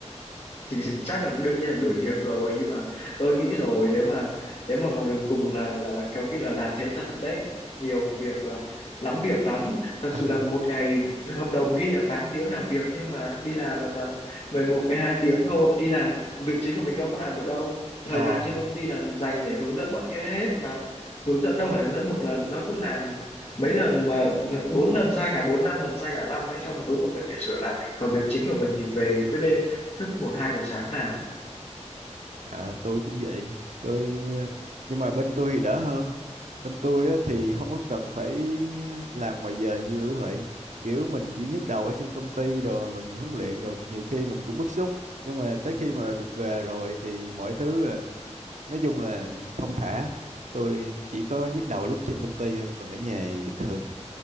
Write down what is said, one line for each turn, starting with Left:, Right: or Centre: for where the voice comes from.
Left: thì <laughs> chắc là đương nhiên là đuổi việc rồi nhưng mà tôi nghĩ rồi nếu mà nếu mà vào đường cùng là là là khéo khi là làm thế thật đấy nhiều việc là lắm việc lắm thật sự
Right: không?
Left: là
Right: <laughs>
Left: một ngày hợp đồng ghi là 8 tiếng làm việc nhưng mà đi làm là toàn mười một mười hai tiếng thôi đi làm việc chính của mình đâu có làm được đâu thời
Right: Ờ,
Left: gian trên công ty là dành để hướng dẫn bọn kia hết mà hướng dẫn đâu phải hướng dẫn một lần nó cứ làm mấy lần mà bốn lần sai cả bốn năm lần sai cả năm ấy xong cuối cùng mình phải sửa lại còn việc chính của mình thì về cứ đêm thức một hai giờ sáng làm
Right: à, tôi cũng vậy. Tôi ờ, nhưng mà bên tôi thì đỡ hơn. Bên tôi á, thì không có cần phải làm ngoài giờ như vậy. Kiểu mình chỉ nhức đầu ở trên công ty rồi mình huấn luyện được nhiều khi mình cũng bức xúc. Nhưng mà tới khi mà được về rồi thì mọi thứ là nói chung là thong thả tôi chỉ có nhức đầu lúc trên công ty thôi còn ở nhà thì bình thường